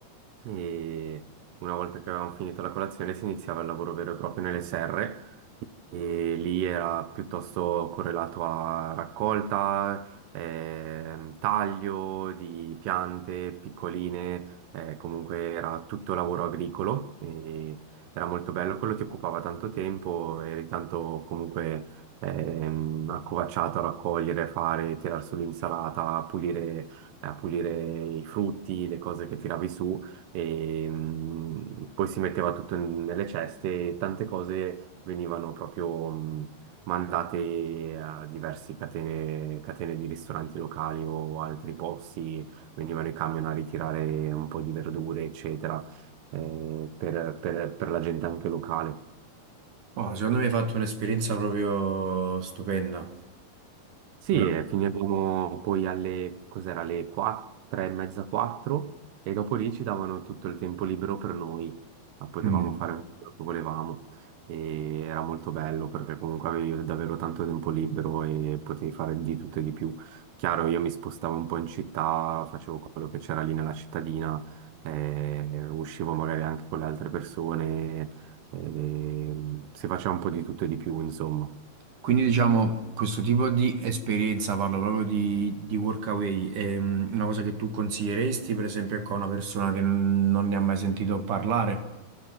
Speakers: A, on the right; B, on the right.
A: e una volta che avevamo finito la colazione si iniziava il lavoro vero e proprio nelle serre e lì era piuttosto correlato a raccolta, ehm, taglio di piante piccoline, eh, comunque era tutto lavoro agricolo e era molto bello, quello ti occupava tanto tempo, eri tanto comunque ehm, accovacciato a raccogliere, fare, tirar su l'insalata, a pulire, a pulire i frutti, le cose che tiravi su e mm, poi si metteva tutto in- nelle ceste e tante cose venivano proprio mh, mandate a diverse catene, catene di ristoranti locali o altri posti, venivano i camion a ritirare un po' di verdure, eccetera, eh, per, per- per la gente anche locale.
B: Oh, secondo me hai fatto un'esperienza proprio stupenda.
A: Sì,
B: Ora-
A: e finivamo poi alle, cos'era, alle 4, tre e mezza, 4 e dopo lì ci davano tutto il tempo libero per noi, ma potevamo
B: Mm.
A: fare un po' quello che volevamo e era molto bello perché comunque avevi davvero tanto tempo libero e potevi fare di tutto e di più. Chiaro, io mi spostavo un po' in città, facevo quello che c'era lì nella cittadina, eh, uscivo magari anche con le altre persone, eh, si faceva un po' di tutto e di più, insomma.
B: Quindi diciamo questo tipo di esperienza, parlo proprio di, di workaway, è mm, una cosa che tu consiglieresti per esempio ecco, a una persona che n- non ne ha mai sentito parlare?